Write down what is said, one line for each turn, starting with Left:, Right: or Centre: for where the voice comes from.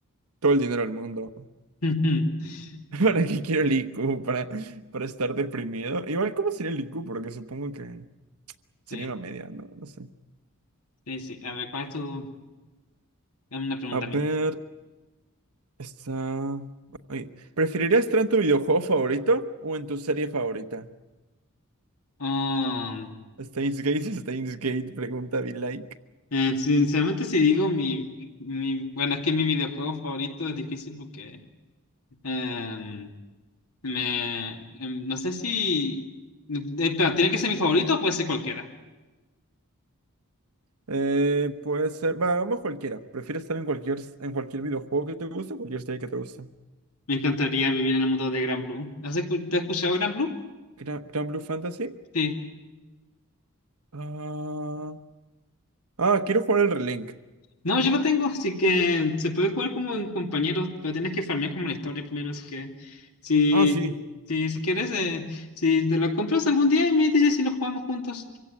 Right: Todo el dinero del mundo.
Left: <laughs>
Right: <laughs> ¿Para qué quiero el IQ? ¿Para, para estar deprimido? Igual, ¿cómo sería el IQ? Porque supongo que sería
Left: Sí,
Right: una media, ¿no? No sé.
Left: sí, sí. A ver, ¿cuál es tu...? Dame una pregunta
Right: A ver,
Left: a mí.
Right: está... Oye, ¿preferirías estar en tu videojuego favorito o en tu serie favorita?
Left: Ah,
Right: Steins Gate, <laughs> Steins Gate, pregunta be like.
Left: eh, sinceramente, si digo mi, mi... Bueno, es que mi videojuego favorito es difícil porque... em, me... em, no sé si... eh, Espera, ¿tiene que ser mi favorito o puede ser cualquiera?
Right: Eh, puede ser... Va, vamos cualquiera. ¿Prefieres estar en cualquier, en cualquier videojuego que te guste o cualquier serie que te guste?
Left: Me encantaría vivir en el mundo de Gran Blue. ¿Has escu- ¿Te has escuchado Gran Blue?
Right: ¿Gran, Blue Fantasy?
Left: Sí.
Right: Ah, ah, quiero jugar el Relink.
Left: No, yo lo tengo, así que se puede jugar como en compañeros, pero tienes que farmear como la historia primero, así que si,
Right: Ah, sí.
Left: si, si quieres, eh, si te lo compras algún día y me dices si lo jugamos juntos.